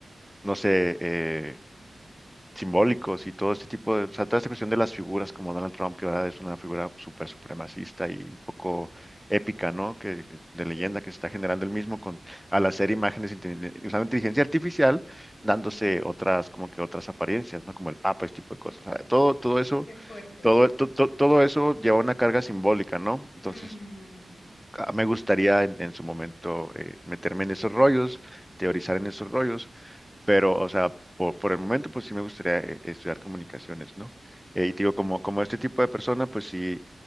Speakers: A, in the centre; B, on the left.
A: no sé, eh, simbólicos y todo este
B: ujú,
A: tipo de, o sea, toda esta cuestión de las figuras como Donald Trump, que ahora es una figura súper supremacista y un poco épica, ¿no? Que, de
B: Sí,
A: leyenda que se está generando el mismo con, al hacer imágenes inteligen- usando inteligencia artificial,
B: ujú,
A: dándose otras, como que otras apariencias, ¿no? Como el Papa, este tipo de cosas. O sea, todo, todo eso,
B: Qué fuerte,
A: todo,
B: sí.
A: to- to- todo eso lleva una carga simbólica, ¿no? Entonces,
B: Ujú,
A: a- me gustaría en, en su momento eh, meterme en esos rollos, teorizar en esos rollos pero, o sea, por, por el momento, pues sí me gustaría eh, estudiar comunicaciones, ¿no? Eh, y te digo, como, como este tipo de persona, pues sí,